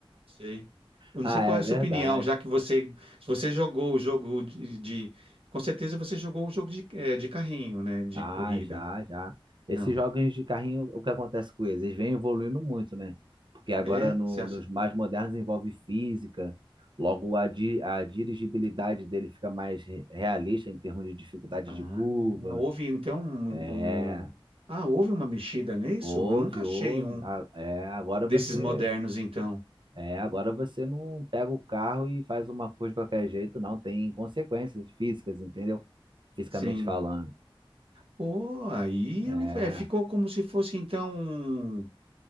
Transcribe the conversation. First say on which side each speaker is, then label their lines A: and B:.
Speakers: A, on the right; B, on the right.
A: sei. Eu
B: Ah,
A: não sei qual
B: é
A: é a
B: verdade.
A: sua opinião, já que você, se você jogou o jogo de, de- com certeza você jogou o jogo de, eh, de carrinho, né? De
B: Ah,
A: corrida.
B: já, já. Esses
A: Não.
B: jogos de carrinho, o que acontece com eles? Eles vêm evoluindo muito, né? Porque agora
A: É?
B: no-
A: Você acha?
B: nos mais modernos envolve física, logo a, di- a dirigibilidade dele fica mais re- realista em termos de dificuldade
A: Ah,
B: de curva.
A: houve então um,
B: É,
A: um- Ah, houve uma mexida nisso?
B: houve,
A: Eu nunca
B: houve.
A: achei um
B: A- É, agora
A: desses
B: você,
A: modernos, então.
B: é, agora você não pega o carro e faz uma curva de qualquer jeito, não. Tem consequências físicas, entendeu? Fisicamente
A: Sim.
B: falando.
A: Pô, aí
B: É.
A: eu, me- é, ficou como se fosse então. um